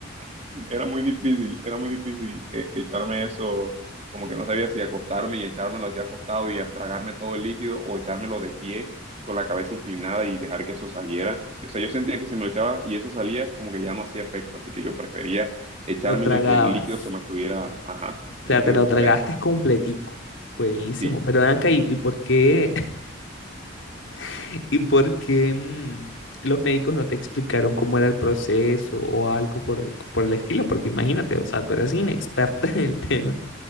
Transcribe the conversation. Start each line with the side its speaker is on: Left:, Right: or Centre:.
Right: <laughs> Era muy difícil, era muy difícil eh, echarme eso, como que no sabía si acostarme y echármelo así acostado y tragarme todo el líquido o echármelo de pie con la cabeza inclinada y dejar que eso saliera. O sea, yo sentía que si me lo echaba y eso salía, como que ya no hacía efecto, así que yo prefería echármelo
Left: ¿Lo tragabas?
Right: y que el líquido se mantuviera, ajá,
Left: O
Right: el
Left: sea,
Right: líquido
Left: te lo tragaste
Right: adentro.
Left: completico. Buenísimo.
Right: Sí.
Left: Pero ven acá, ¿y, y por qué, <laughs> y por qué mm, los médicos no te explicaron cómo era el proceso o algo por, el- por el estilo? Porque imagínate, o sea, tú eras inexperta <laughs> en el tema.